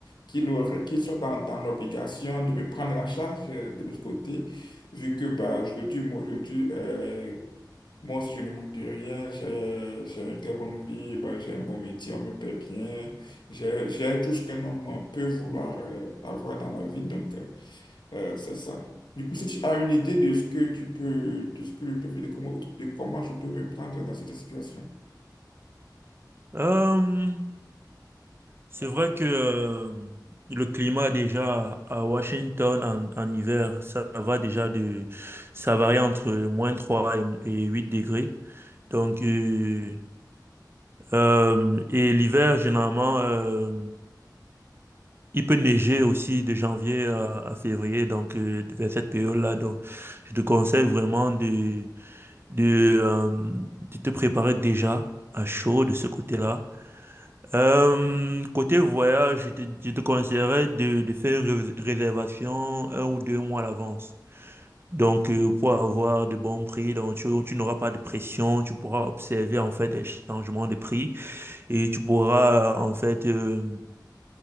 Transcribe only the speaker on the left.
qu'il aurait- qu'il soit dans, dans l'obligation de me prendre en charge euh, de l'autre côté, vu que bah, aujourd'hui, moi, aujourd'hui, euh, moi aussi, je ne manque de rien. J'ai j'ai une très bonne vie, bah, j'ai un bon métier, on me paie bien. J'ai j'ai tout ce qu'un homme peut vouloir euh, avoir dans la vie. Donc, euh, Euh, c'est ça. Du coup, si tu as une idée de ce que tu peux, de ce que je peux faire, de comment, de comment je peux me prendre dans cette situation.